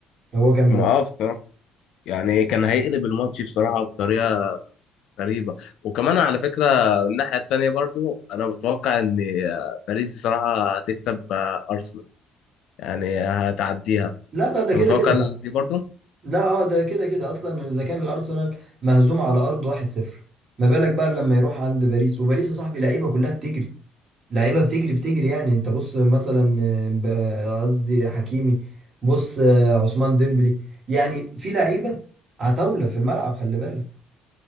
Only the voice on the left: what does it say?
ما
آه بصراحه يعني كان هيقلب الماتش بصراحه بطريقه غريبه وكمان على فكره الناحيه التانيه برضو انا بتوقع ان آه، باريس بصراحه هتكسب آه، ارسنال يعني هتعديها
انت
متوقع
دي برضو